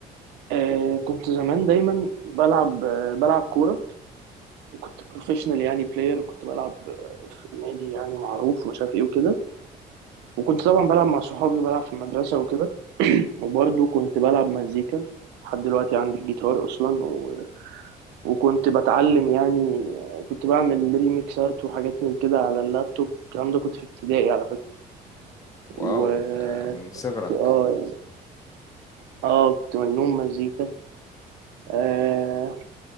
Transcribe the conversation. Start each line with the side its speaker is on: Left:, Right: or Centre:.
Right: آه كنت زمان دايما بلعب آه بلعب كوره كنت بروفيشنال يعني بلاير كنت بلعب آه في نادي يعني معروف ومش عارف ايه وكده وكنت طبعا بلعب مع صحابي بلعب في المدرسه وكده <clears throat> وبرضه كنت بلعب مزيكا لحد دلوقتي عندي الجيتار اصلا و... وكنت بتعلم يعني آه، كنت بعمل ريميكسات وحاجات من كده على اللابتوب الكلام ده كنت في ابتدائي على فكره وكنت
Left: واو ده من صغرك
Right: اه يعني اه كنت مجنون مزيكا آه